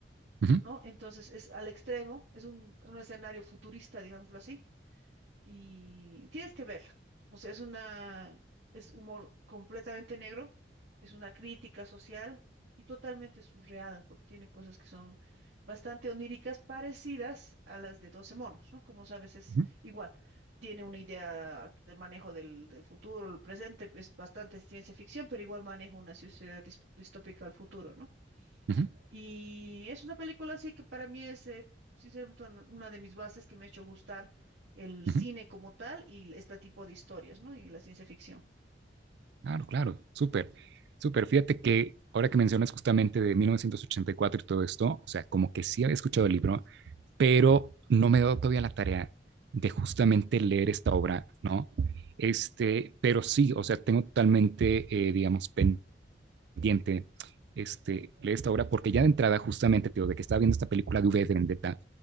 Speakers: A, on the right; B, on the right.
A: ujú,
B: ¿no? Entonces es al extremo, es un, un escenario futurista, digámoslo así, y tienes que verla. O sea, es una, es humor completamente negro, es una crítica social y totalmente surreal, porque tiene cosas que son bastante oníricas, parecidas a las de 12 monos, ¿no? Como sabes, es
A: ujú,
B: igual. Tiene una idea del manejo del, del futuro, el presente, es bastante ciencia ficción, pero igual maneja una sociedad dis- distópica al futuro, ¿no?
A: ujú,
B: Y es una película así que para mí es, eh, sinceramente, una una de mis bases que me ha hecho gustar el cine
A: ujú,
B: como tal y este tipo de historias, ¿no? Y la ciencia ficción.
A: claro, claro, súper, súper. Fíjate que ahora que mencionas justamente de 1984 y cuatro y todo esto, o sea, como que sí había escuchado el libro, pero no me he dado todavía la tarea de justamente leer esta obra, ¿no? Este, pero sí, o sea, tengo totalmente, eh, digamos, pendiente este, leer esta obra, porque ya de entrada, justamente, te digo, de que estaba viendo esta película de V de Vendetta,